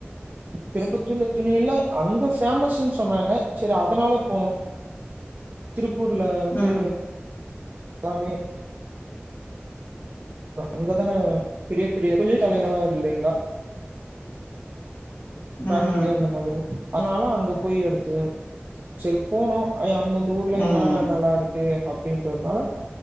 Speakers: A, on the right; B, on the left.
A: திருப்பத்தூர்ல துணியில அங்க பேமஸ்ன்னு சொன்னாங்க செரி அதனால போனும் திரு திருப்பூர்ல வந்து
B: ம்
A: எல்லாமே அங்கதான பெரிய பெரிய தொழிற்சாலைகள் ஃபேக்டரி
B: ம்
A: அந்த மாரி அதனால அங்க போய் எடுத்து சரி போனோம் அந்தந்த ஊர்ல
B: ம்
A: என்ன நல்லா இருக்கு அப்படின்றதுனால